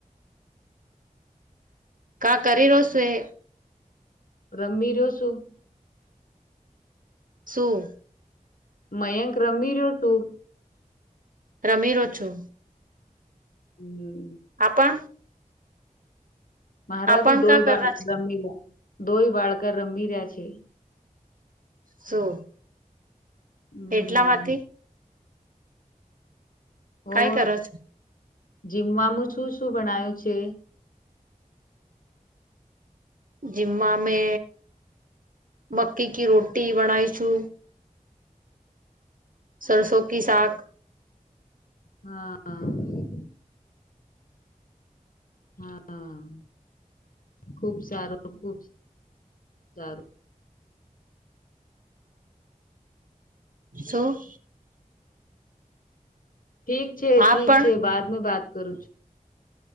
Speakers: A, on the right (about 70°); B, on the left (about 75°).
A: કા કરી રહો છું એ?
B: રમી રહ્યો છું.
A: શું?
B: મયંક રમી રહ્યો છે.
A: રમી રહ્યો છું.
B: હમ્મ.
A: આપણ
B: મારા
A: આપણ
B: બી દોય
A: કા કર
B: બાળક
A: છે
B: રમી રહ્યા, દોય બાળક રમી રહ્યા છે.
A: શું?
B: હમ્મ
A: એટલા માટે કઈ
B: ઓ
A: કરો છો
B: જીમવામાં શું શું બણાયું છે?
A: જીમમાં અમે મક્કી કી રોટી બણાવીશું. સરસો શાક.
B: <unintelligible> હા, ખુબ સારું, ખુબ સારું.
A: સો.
B: ઠીક છે,
A: હા
B: ઠીક
A: પણ
B: છે, બાદમે બાત કરું છું.